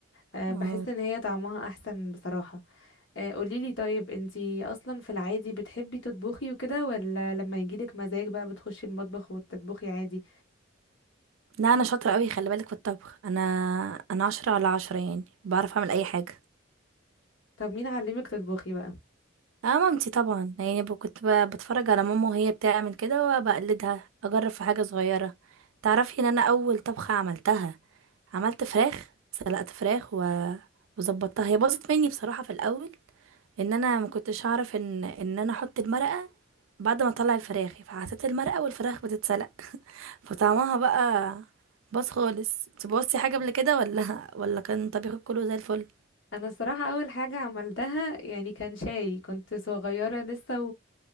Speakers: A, on the left (about 70°); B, on the right (about 80°).
A: أه
B: آه.
A: بحس ان هي طعمها احسن بصراحة أه قوليلي طيب انتي اصلا في العادي بتحبي تطبخي وكده ولا لما يجيلك مزاج بقى بتخشي المطبخ وتطبخي عادي
B: لا أنا شاطرة أوي خلي بالك في الطبخ أنا أنا عشرة على عشرة يعني بعرف أعمل أي حاجة
A: طب مين علمك تطبخي بقى
B: اه مامتي طبعا يعني ب- كنت ب- بتفرج على ماما وهي بتعمل كده وبقلدها اجرب في حاجه صغيره تعرفي ان انا اول طبخه عملتها عملت فراخ سلقت فراخ و- وظبطتها هي باظت مني بصراحه في الاول ان انا ما كنتش اعرف ان ان انا احط المرقه بعد ما اطلع الفراخ فحطيت المرقه والفراخ بتتسلق فطعمها بقى باظ خالص انت بوظتي حاجه قبل كده ولا ولا كان طبيخك كله زي الفل
A: انا الصراحة اول حاجة عملتها يعني كان شاي كنت صغيرة لسه